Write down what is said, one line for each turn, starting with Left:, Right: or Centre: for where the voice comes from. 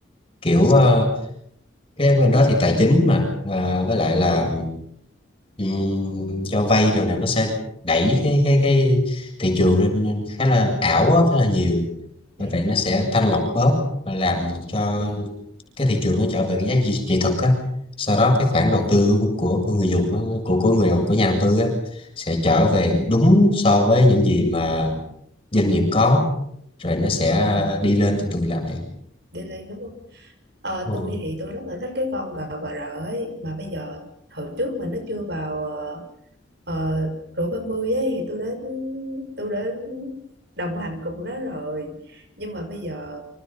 Left: kiểu à,
Right: Ừ.
Left: cái bên đó thì tài chính mà à, với lại là ừm, cho vay rồi nè nó sẽ đẩy cái cái cái thị trường lên lên khá là ảo á, khá là nhiều bởi
Right: Ừ.
Left: vậy nó sẽ thanh lọc bớt và làm cho
Right: Ừ.
Left: cái thị trường nó trở về cái giá trị trị thực á sau đó cái khoản
Right: Ừ.
Left: đầu tư của, của người dùng á, của của người đầu- của nhà đầu tư á sẽ trở về
Right: Ừ.
Left: đúng so với những gì mà doanh nghiệp có rồi nó sẽ
Right: ờ
Left: đi lên từ từ lại
Right: Delay đúng Ờ,
Left: Ừ.
Right: tôi thì tôi rất là thích cái con gà bà rợ ấy mà bây giờ hồi trước mà nó chưa vào ờ, ờ, rổ 30 ấy thì tôi đã tôi đã đồng hành cùng nó rồi nhưng mà bây giờ